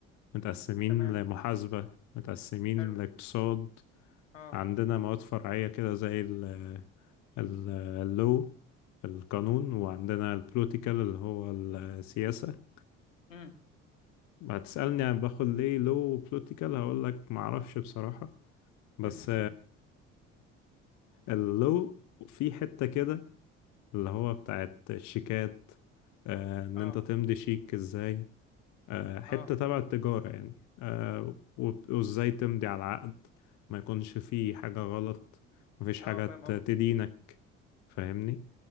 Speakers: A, on the left; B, on the left.
A: متقسمين
B: تمام
A: لمحاسبة متقسمين
B: حلو
A: لاقتصاد
B: أه
A: عندنا مواد فرعية كده زي ال ال- اللو القانون وعندنا البوليتيكال اللي هو السياسة
B: أمم
A: ما تسألني عن باخد ليه لو بوليتيكال هقول لك ما اعرفش بصراحة بس
B: <laughs>
A: اللو في حتة كده اللي هو بتاعت الشيكات آه، ان
B: أه
A: انت تمضي شيك ازاي آه، حتة
B: أه
A: تبع التجارة يعني آه، وب- وازاي تمضي على العقد ما يكونش فيه حاجة غلط مفيش حاجة
B: أه فاهم
A: ت- تدينك
B: قصدي
A: فاهمني